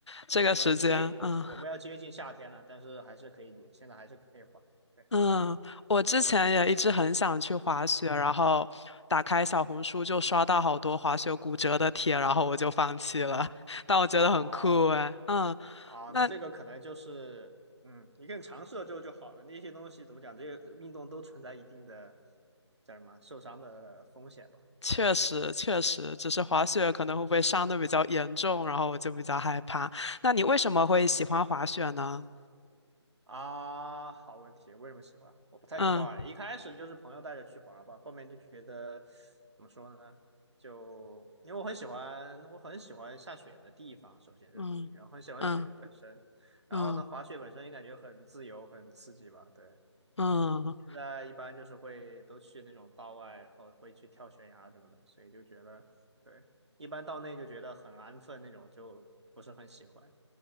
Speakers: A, on the left; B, on the right.
A: 这个时间，
B: 我们接我我们要接近夏天了，
A: 嗯
B: 但是还是可以接，现在还是可以滑。对，
A: 嗯，我之前也一直很想去滑雪，然后打开小红书就刷到好多滑雪骨折的帖，然后我就放弃了。<laughs> 但我觉得很酷哎，
B: 哦
A: 嗯。
B: 啊，
A: 那
B: 那这个可能就是嗯，你更尝试了之后就好了。那些东西怎么讲，这些运动都存在一定的叫什么受伤的风险吧。
A: 确实，
B: 对。
A: 确实，只是滑雪可能会被伤的比较严重，然后我就比较害怕。那你为什么会喜欢滑雪呢？
B: 啊，好问题，为什么喜欢？我不太知道哎，
A: 嗯
B: 一开始就是朋友带着去滑吧，后面就觉得怎么说呢？就因为我很喜欢，我很喜欢下雪的地方，首先这是第一，
A: 嗯嗯
B: 然后很喜欢雪本身，然后呢，
A: 嗯
B: 滑雪本身也感觉很自由，很刺激吧。对，
A: 嗯
B: 我现在一般就是会都去那种道外，然后会去跳悬崖什么的，所以就觉得对，一般道内就觉得很安分那种，就不是很喜欢。